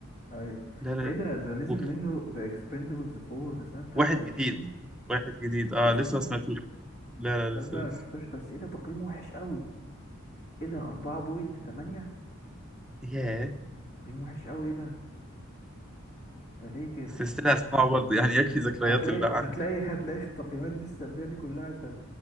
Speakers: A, on the left (about 45°); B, in the centre.
A: ايوه
B: لا لا
A: ايه ده ده نزل
B: وك-
A: منه ذا اكسبندبلز 4 ده سنة 23
B: واحد جديد واحد جديد اه
A: شفته
B: لسه ما سمعتوش لا لا
A: ده
B: لسه
A: ده
B: لسه
A: أنا مشفتوش بس ايه ده تقييمه وحش قوي ايه ده 4.8
B: ياه
A: تقييم وحش قوي ايه ده ده ليه كده
B: بس استنى اسمعه برضه يعني يكفي ذكريات
A: هتلاقي
B: اللي عندي
A: هتلاقي هتلاقي <laughs> التقييمات دي السلبية دي كلها عشان